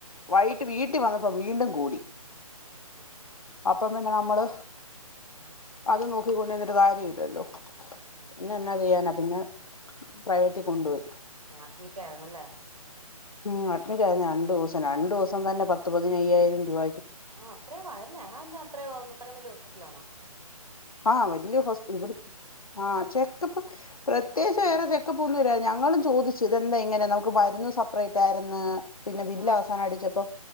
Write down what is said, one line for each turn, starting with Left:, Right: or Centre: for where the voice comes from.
Left: വൈകിട്ട് വീട്ടി വന്നപ്പോ വീണ്ടും കൂടി
Right: ആഹ് ആഹ്
Left: അപ്പം പിന്നെ നമ്മള്
Right: ആഹ.
Left: അത് നോക്കിക്കൊണ്ടിരുന്നിട്ട് കാര്യം ഇല്ലല്ലോ.
Right: ആ
Left: പിന്നെ എന്നാ ചെയ്യാനാ പിന്നെ പ്രൈവറ്റി കൊണ്ടുപോയി.
Right: ആഹ് അഡ്മിറ്റ് ആയിരുന്നല്ലേ?
Left: ഉം അഡ്മിറ്റ് ആയിരുന്നു രണ്ടു ദിവസം രണ്ടു ദിവസം തന്നെ പത്ത് പതിനയ്യായിരം രൂവ
Right: ആ അത്രയും ആയ അല്ലേ അതെന്താ അത്രയും ആവുന്ന് അത്രയും വലിയ ഹോസ്പിറ്റല് ആണോ?
Left: ആഹ് വല്യ ഹോസ്പി ഇവട് ആ ചെക്കപ്പ് പ്രത്യേകിച്ച് വേറെ ചെക്കപ്പ് ഒന്നും ഇല്ല ഞങ്ങളും ചോദിച്ചു ഇതെന്താ ഇങ്ങനെ നമുക്ക് മരുന്ന് സെപ്പറേറ്റ്
Right: ആ
Left: ആയിരുന്ന് പിന്നെ ബില്ല്
Right: ആ
Left: അവസാനം അടിച്ചപ്പോ